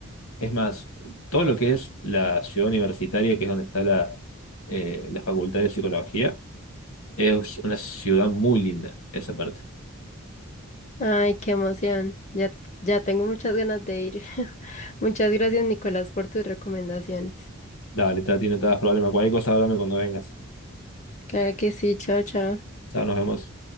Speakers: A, on the left (about 70°); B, on the left (about 30°).
A: Es más, todo lo que es la ciudad universitaria, que es donde está la, eh, la Facultad de Psicología, es una ciudad muy linda, esa parte.
B: Ay, qué emoción. Ya, ya tengo muchas ganas de ir. <laughs> Muchas gracias, Nicolás, por tus recomendaciones.
A: Dale, Tati, no te das problema. Cualquier cosa, háblame cuando vengas.
B: Claro que sí, chao, chao.
A: Chao, nos vemos.